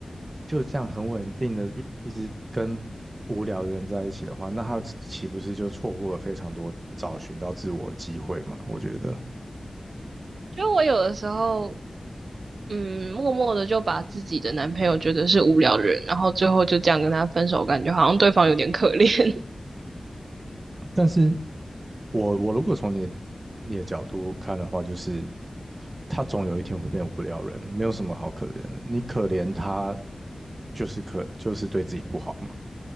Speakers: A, on the right; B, on the right.
A: 就这样很稳定的一一直跟无聊的人在一起的话，那他岂岂不是就错过了非常多找寻到自我的机会嘛？我觉得，
B: 就我有的时候，嗯，默默的就把自己的男朋友觉得是无聊的人，然后最后就这样跟他分手，感觉好像对方有点可怜。<laughs>
A: 但是我我如果从你你的角度看的话，就是他总有一天会变无聊人，没有什么好可怜的。你可怜他，就是可就是对自己不好嘛，